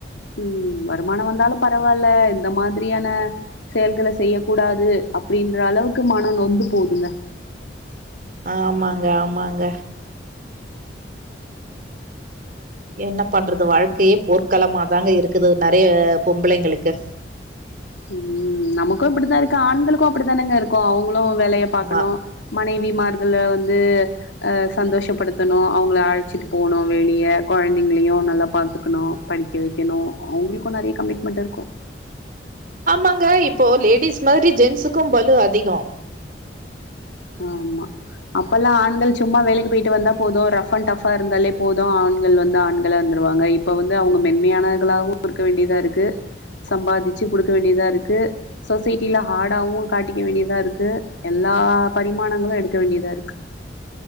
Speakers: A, on the left; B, on the right.
A: ம் வருமானோ வந்தாலு பரவால்ல இந்த மாத்ரியான செயல்கள செய்ய கூடாது அப்டின்ற அளவுக்கு மனோ நொந்து போதுங்க
B: ஆமாங்க ஆமாங்க என்ன பண்றது வாழ்க்கயே போர்க்களமாதாங்க இருக்குது நறைய பொம்பளைங்களுக்கு
A: ம் நமக்கு இப்டித்தாருக்கு ஆண்களுக்கு அப்டித்தானேங்க இருக்கு அவுங்ளு வேலய
B: ஆமா
A: பாக்கணு மனைவிமார்கள வந்து அ சந்தோஷப்படுத்தணு அவுங்கள அழச்சிட்டு போணு வெளிய கொழந்தைங்களையு நல்லா பாத்துக்கணுபடிக்க வெக்கணு அவுங்களுக்கு நறைய கமிட்மெண்ட் இருக்கு
B: ஆமாங்க இப்போ லேடிஸ் மாதிரி ஜென்சுக்கு பலு அதிகோ
A: ஆமா அப்பல்லா ஆண்கள் சும்மா வேலைக்கு போய்ட்டு வந்தா போது ரஃப் அண்ட் டஃபா இருந்தாலே போது ஆண்கள் வந்து ஆண்களா இருந்து ருவாங்க இப்ப வந்து அவுங்க மென்மயானர்களாவு இருக்க வேண்டியதாருக்கு சம்பாதிச்சு குடுக்க வேண்டியதாருக்கு சொஸைட்டில ஹார்டாவு காட்டிக்க வேண்டியதாருக்கு எல்லா பரிமாணங்களு எடுக்க வேண்டியதாருக்கு